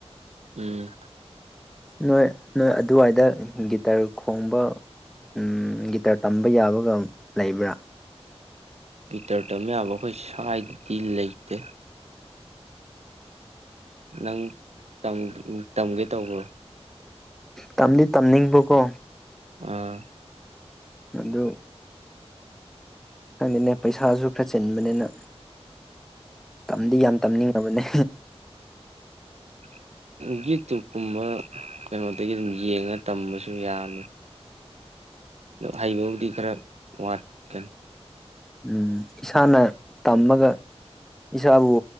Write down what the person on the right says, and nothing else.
ꯎꯝ
ꯒꯤꯇꯔ ꯇꯝ ꯌꯥꯕ ꯑꯈꯣꯏ ꯁꯥꯏꯗꯗꯤ ꯂꯩꯇꯦ ꯅꯪ ꯇꯝ ꯇꯝꯒꯦ ꯇꯧꯕ꯭ꯔꯣ
ꯑꯥ
<inaudible> ꯌꯨꯇ꯭ꯌꯨꯞꯀꯨꯝꯕ ꯀꯩꯅꯣꯗꯒꯤ ꯑꯗꯨꯝ ꯌꯦꯡꯉ ꯇꯝꯕꯁꯨ ꯌꯥꯕꯅꯤ ꯗꯣ ꯍꯩꯕꯕꯨꯗꯤ ꯈꯔ ꯋꯥꯠꯀꯅꯤ